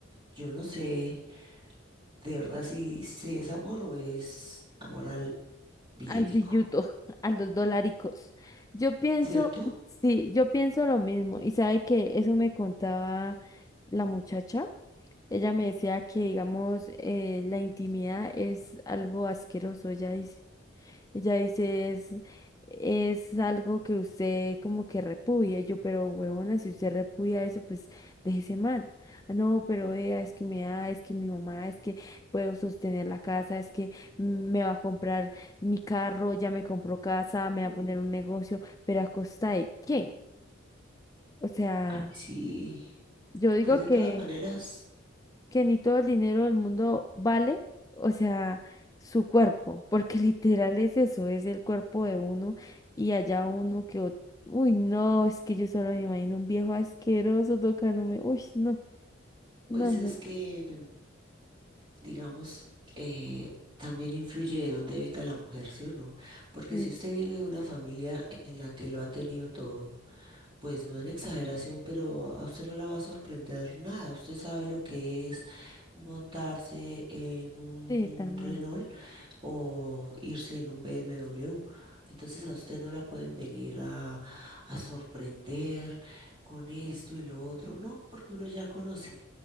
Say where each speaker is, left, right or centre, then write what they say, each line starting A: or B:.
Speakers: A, on the right; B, on the left.
A: Yo no sé de verdad si, si es amor o es amor al billetico,
B: al billuto, <laughs> a los dolaricos. Yo pienso,
A: ¿cierto?
B: sí, yo pienso lo mismo. Y sabe que eso me contaba la muchacha. Ella me decía que, digamos, eh, la intimidad es algo asqueroso, ella dice. Ella dice, es, es algo que usted como que repudia. Y Yo, pero huevona, si usted repudia eso, pues déjese mal. "Ah, No, pero vea, es que me da, es que mi mamá, es que puedo sostener la casa, es que me va a comprar mi carro, ya me compró casa, me va
A: Mm.
B: a poner un negocio, pero ¿a costa de qué? O sea,
A: Ay, Sí,
B: yo digo
A: pues de todas
B: que...
A: maneras,
B: que ni todo el dinero del mundo vale, o sea, su cuerpo, porque <laughs> literal es eso, es el cuerpo de uno y allá uno que, ot- uy, no, es que yo solo me imagino un viejo asqueroso tocándome, uy, no,
A: pues
B: no, no,
A: es que digamos, eh, también influye de dónde venga la mujer, ¿sí o no? Porque
B: sí,
A: si usted viene de una familia en la que lo ha tenido todo, pues no en exageración, pero a usted no la va a sorprender nada. Usted sabe lo que es montarse en un
B: sí, también,
A: Renault o irse en un BMW. Entonces a usted no la pueden venir a, a sorprender con esto y lo otro, no, porque uno ya conoce.